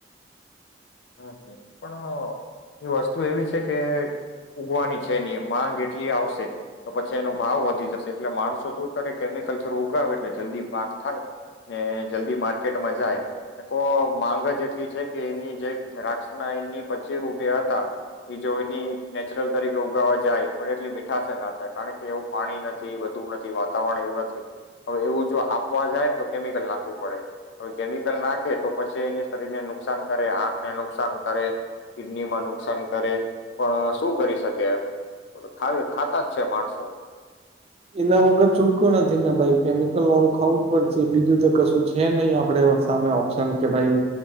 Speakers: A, on the left; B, on the right.
A: હમ પણ એ વસ્તુ એવી છે કે ઉગવાની છેની માંગ એટલી આવશે તો પછી એનો ભાવ વધી જશે એટલે માણસો શું કરે કેમિકલ જરું ઉગાવે એટલે જલ્દી પાક થાય ને જલ્દી માર્કેટમાં જાય કો માંગ જ એટલી છે કે એની જે દ્રાક્ષ ના એની પચ્ચી રૂપ એ હતા એ જો એની નેચરલ તરીકે ઉગાવા જાય પણ એટલી મીઠાશે ના થાય કારણ કે એવું પાણી નથી વધુ નથી વાતાવરણ એવું નથી હવે એવું જો આપવા જાય તો કેમિકલ નાખવું પડે હવે કેમિકલ નાખે તો પછી એને શરીરને નુકસાન કરે આ. ને નુકસાન કરે કિડની માં નુકસાન કરે પણ શું કરી શકે ખ ખાતા જ છે માણસો.
B: એના વગર છૂટકો નથી ને ભાઈ કેમિકલ વાળું ખાવું જ પડશે બીજું તો કશું છે નહી આપણેે સામે ઓપ્શન કે ભાઈ